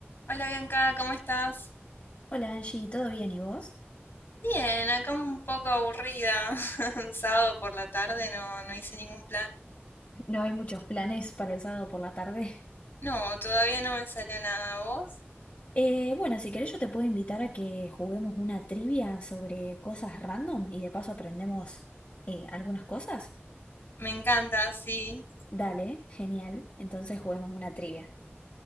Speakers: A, on the left; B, on the left.
A: Hola Bianca, ¿cómo estás?
B: Hola Angie, ¿todo bien y vos?
A: Bien, acá un poco aburrida. <laughs> Un sábado por la tarde no, no hice ningún plan.
B: No hay muchos planes para el sábado por la tarde. <laughs>
A: No, todavía no me salió nada. ¿Vos?
B: Eh, bueno, si querés yo te puedo invitar a que juguemos una trivia sobre cosas random y de paso aprendemos eh, algunas cosas.
A: Me encanta, sí.
B: Dale, genial. Entonces juguemos una trivia.